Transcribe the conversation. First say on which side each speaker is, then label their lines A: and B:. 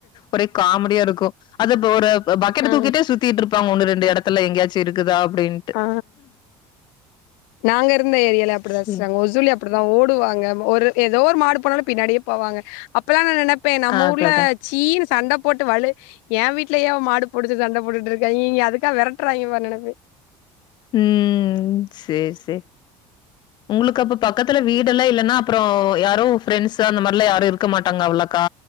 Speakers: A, on the left; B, on the left.
A: ஒரே காமெடியா இருக்கு அது ஒரு பக்கெட்ட
B: ஆ
A: தூக்கிட்டே சுத் திட்டு இருப்பாங்க ஒன்னு ரெண்டு எடத்துல எங்கயாச்சு இருக்குதா அப்டீன்னு
B: ஆ நாங்க இருந்த ஏரியால அப்டி
A: சேரி
B: தா சிஸ்டர் அங் ஒசூர்லேயு அப் அப்டிதா ஓடுவாங்க ஒரு எதோ ஒரு மாடு போனாலு பின்னாடியே போவாங்க அப்பல்லா நா நெனைப்பே நம்ம
A: அததா
B: ஊர்ல ச்சீனு சண்ட போட்டு வலு என் வீட்ல ஏ மாடு புடிச்சு சண்ட போட்டுட்டு இருக்க ஈ அதுக்கா வெரட்றாங்கே பார் நெனப்பே
A: ம் சேர் சேர் உங்களுக்கு அப்ப பக்கத்துல வீடெல்லா இல்லனா அப்றோ யாரோ ஃபிரண்ட்ஸ் அந்த மாரி லா யாரு இருக்க மாட்டாங்க அவ்ளக்கா